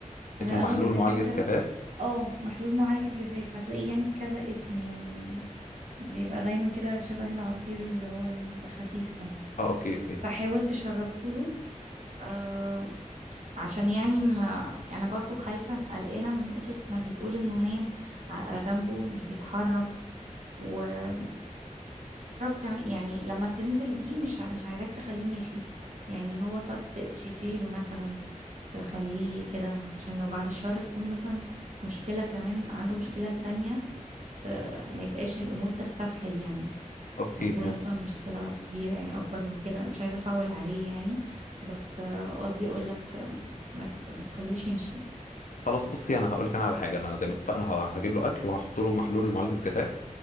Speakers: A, on the right; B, on the left.
A: عشان
B: اسمه
A: اغلب
B: محلول
A: الدكاترة
B: معالجه كفاف
A: اه محلول معالجة جفاف هتلاقيه يعني بكذا اسم يعني م- بيبقى دايما كده شبه العصير اللي هو اللي بيبقى خفيف ده
B: اه اوكي اوكي
A: فحاول تشربه له آه، عشان يعني ما انا برضو خايفة قلقانة من نقطة انك بتقول انه نايم على جنبه مش بيتحرك وجرب كمان يعني لما تنزل بيه مش ع- مش عايزاك تخليه ماشي يعني هو ت- ت- تشيله مثلا تخليه كده عشان لو بعد الشر تكون مثلا مشكلة كمان عنده مشكلة تانية ت- ما يبقاش الامور تستفحل يعني
B: اوكي
A: يكون
B: فهمت
A: مثلا مشكلة كبيرة يعني اكبر من كده انا مش عايزة افول عليه يعني بس آه، قصدي اقول لك آم، ما ت- ما تخليهوش يمشي
B: خلاص بصي انا هقول لك انا على حاجه انا زي ما اتفقنا ه- هجيب له اكل وهحط له محلول معالجه جفاف